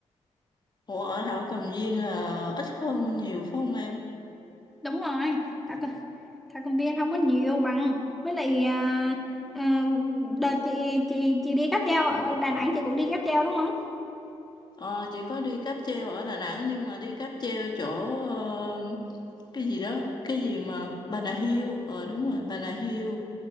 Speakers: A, on the left; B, in the centre.
A: ủa ở Thảo Cầm Viên là ít hơn nhiều phải không em
B: đúng rồi thảo, c- thảo cầm viên không có nhiều bằng với lại à, à, đợt chị chị chị đi cáp treo ở Đà Nẵng chị cũng đi cáp treo đúng không
A: ờ chị có đi cáp treo ở Đà Nẵng nhưng mà đi cáp treo chỗ ờ, cái gì đó cái gì mà Bà Nà Hill ờ đúng rồi Bà Nà Hill